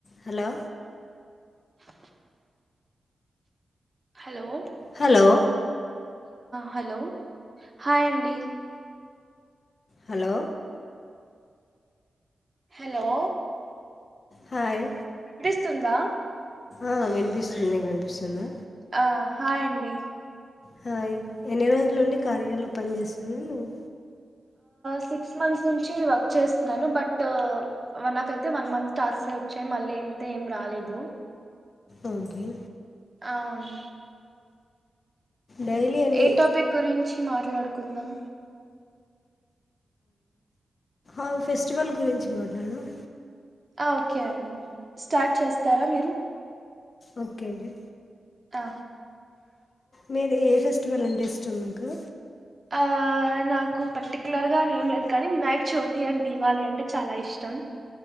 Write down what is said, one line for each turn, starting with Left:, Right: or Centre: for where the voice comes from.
Left: Hello
Right: ఆ hello
Left: hello
Right: hello hi అండి
Left: hello
Right: hello
Left: hi
Right: స్తుందా
Left: ఆ వినిపిస్తుంది వినిపిస్తుందా
Right: ఆ హాయ్ అండి
Left: హాయ్ ఎన్ని రోజుల నుండి కార్యాలో పని చేేస్తున్నావు నువ్వు
Right: సిక్స్ మంత్స్ నుంచి వర్క్ చేస్తున్నాను బట్ మరి నాకు అయితే వన్ మంత్ టాస్క్ వచ్చి మళ్ళీంత ఏం రాలేదు
Left: ఓకే
Right: అవును
Left: డైలీ ఎన్ని
Right: ఏ టాపిక్ గురించి మాట్లాడుకుందాం
Left: ఆ ఫెస్టివల్ గురించి మాట్లాడుదాం
Right: ఆ ఓకే అండి స్టార్ట్ చేస్తారా మీరు
Left: ఓకే అండి
Right: ఆ
Left: మీది ఏ ఫెస్టివల్ అంటే ఇష్టం మీకు
Right: ఆ నాకు పర్టికులర్గా ఏం లేదు కానీ వినాయక చవితి అండ్ దీవాళి అంటే చాలా ఇష్ టం